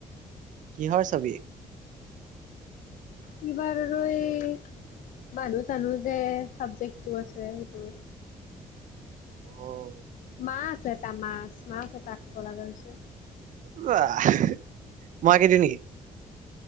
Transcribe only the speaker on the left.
কিবাৰ আৰু এই মানু চানো যে চাবজেক্টটো আছে সেইটো
মাছ এটা মাছ, মাছ এটা আকব লগা হৈছে।